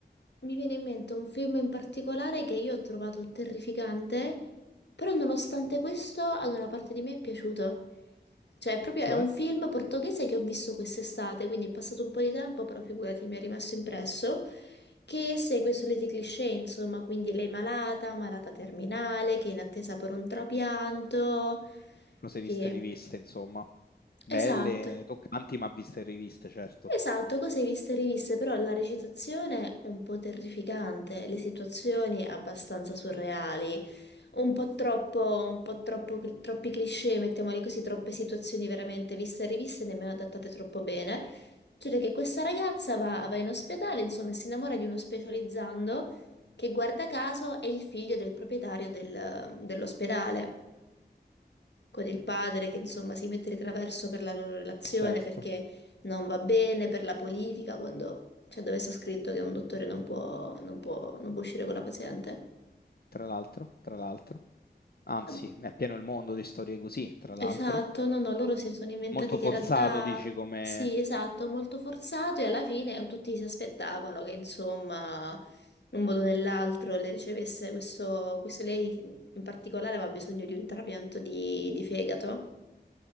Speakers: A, on the left (about 80°); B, on the left (about 60°).
A: Mi viene in mente un film in particolare che io ho trovato terrificante, però nonostante questo ad una parte di me è piaciuto. Cioè, è proprio
B: Cioè?
A: è un film portoghese che ho visto quest'estate, quindi è passato un po' di tempo, però figurati, mi è rimasto impresso, che segue i soliti cliché, insomma, quindi lei malata, malata terminale, che è in attesa per un trapianto,
B: Cose
A: che...
B: viste e riviste, insomma. Belle,
A: Esatto.
B: toccanti, ma viste e riviste, certo.
A: Esatto, cose viste e riviste, però la recitazione un po' terrificante, le situazioni abbastanza surreali, un po' troppo, un po' troppo, troppi cliché, mettiamoli così, troppe situazioni veramente viste e riviste, nemmeno adattate troppo bene. Cioè che questa ragazza va, va in ospedale, insomma, e si innamora di uno specializzando che guarda caso è il figlio del proprietario del- dell'ospedale con il padre che insomma si mette di traverso per la loro relazione
B: Certo.
A: perché non va bene, per la politica, quando cioè, dove sta scritto che un dottore non può, non può, non può uscire con la paziente.
B: Tra l'altro, tra l'altro. Anzi,
A: Ah,
B: è pieno il mondo di storie così, tra l'altro.
A: Esatto, no, no, loro si sono inventati
B: Molto
A: che
B: forzato,
A: in realtà
B: dici come...
A: sì, esatto, molto forzato e alla fine tutti si aspettavano che insomma in un modo o nell'altro le ricevesse questo, questo lei in particolare aveva bisogno di un trapianto di di fegato.